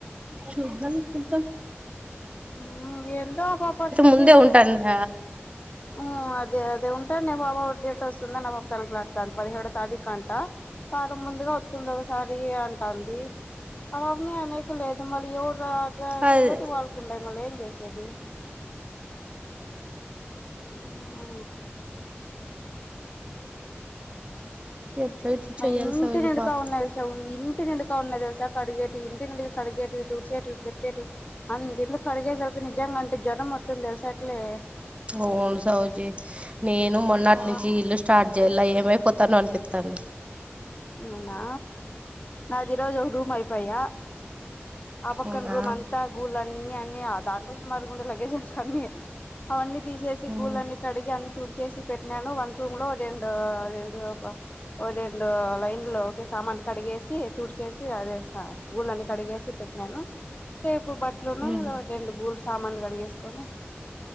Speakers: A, on the right; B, on the left.
A: చూద్దం చూద్దం
B: ఊ ఏందో ఆ పాప పరిస్థితి
A: ముందే
B: అదే
A: ఉంటాండ
B: ఊ అదే అదే అదే ఉంటండే ఆ పాప డేట్ వస్తుందని ఆ పాప తనకలాడ్తన్న్ పదిహేడో తారీకంట <unintelligible> ఇక్కడ ముందుగా వత్తున్ది ఒకసారి అంటాన్ది. ఆ పాపని అనేకి లేదు మళ్లీ ఎవరు రా గా
A: అదే
B: తగ్గట్టు వాళ్ మల్ల ఏం చేసేది ఊ
A: ఎట్లా ఇట్లా
B: వాళ్ళ
A: చెయ్యాలి
B: ఇంటి
A: సౌజీ
B: నిండుక
A: పాపం
B: ఉన్నారు <unintelligible> ఇంటి నిండుగా ఉన్నాయి తెలుసా కడిగేవి ఇంటి నిండు కడిగేటివి తుడిసేటివి పెట్టేటివి అంత ఇండ్లు కడిగేకీ నిజంగా అంటే జ్వరం వస్తుంది తెలుసా అట్లే.
A: ఊను సౌజీ నేను మొర్నాటి
B: ఆ
A: నుంచి ఇల్లు స్టార్ట్ చేయ్యాల ఏమైపోతాను అని పిత్తంది.
B: అవునా నాది ఈ రోజు ఒక రూమ్ అయిపోయా ఆ పక్కన
A: అవునా
B: రూమ్ అంతా గుల్ ల్లన్ని అన్ని దాంట్లో సుమారుగ ఉండే లగేజ్ అంత అన్ని అవన్నీ తీసేసి
A: ఉమ్
B: గూళ్ళన్నీ కడిగి అని తుడిచేసి పెట్నాను వంట రూమ్ లో రెండు అదేందో బా రెండు లైన్లో ఒకటే సామాన్లు కడిగేసి తుడిచేసి అదే గూళ్ళన్ని కడిగేసి పెట్నాను. బట్లను
A: ఉమ్.
B: రెండు గూళ్లు సామాన్లు కడిగేస్ కొని